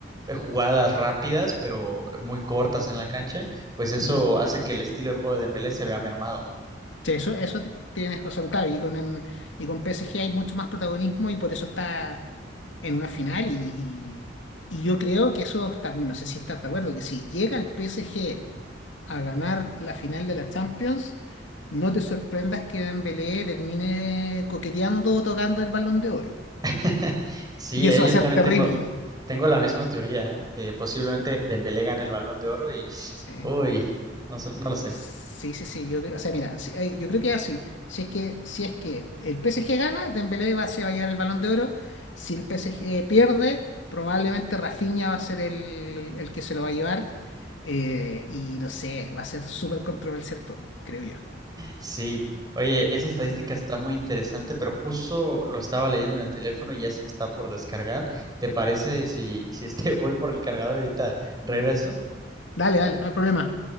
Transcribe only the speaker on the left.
ujú.
Sí, eso, eso ti- tienes razón, claro. Y con, en- y con PSG hay mucho más protagonismo y por eso está en una final. Y, y, y yo creo que eso también, no sé si estás de acuerdo, que si llega el PSG a ganar la final de la Champions, no te sorprendas que Dembélé termine coqueteando o tocando el Balón de Oro.
Y
eso va
a ser
terrible.
Sí.
Sí, sí, sí, yo creo, o sea, mira, si- ay, yo creo que es así. Si es que, si es que el PSG gana, Dembélé va, a- se va a llevar el Balón de Oro. Si el PSG pierde, probablemente Rafinha va a ser el, el que se lo va a llevar. Eh, y no sé, va a ser súper controversial todo, creo yo.
Sí.
Dale, dale, no hay problema.